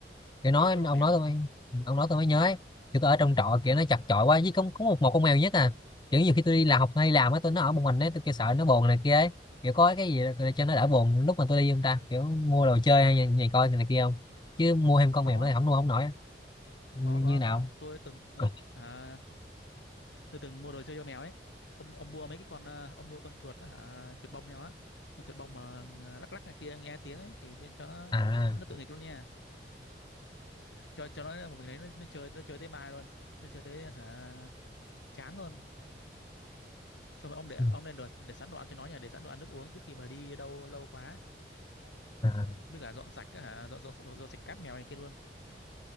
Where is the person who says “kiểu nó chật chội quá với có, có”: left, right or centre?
Left